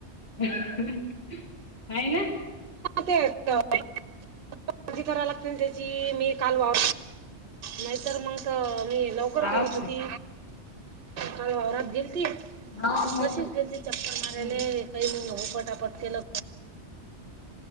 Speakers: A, on the left; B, on the right.
A: का ना
B: ते अस काळजी करा लागतील त्याची मी काल वा नाहीतर मग मी ल लकर
A: हाव
B: करत होती
A: काय
B: काल वावरात गेल त
A: हाव मग
B: कशीच गेल त चक्कर
A: हम्म
B: मारायले काही मग होपटापट केलं